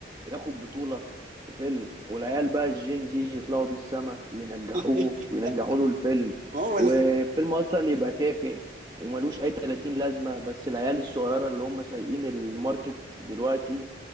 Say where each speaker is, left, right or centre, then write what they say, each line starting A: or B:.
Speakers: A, on the right; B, on the right.
A: ياخد بطولة في فيلم والعيال بقى الجين زي يطلعوا بيه السما وينجحوه
B: <laughs>
A: وينجحوا له الفيلم
B: ما هو
A: والفيلم
B: ال...
A: أصلا يبقى تافه وملوش أي 30 لازمة بس العيال الصغيرة اللي هم سايقين الماركت دلوقتي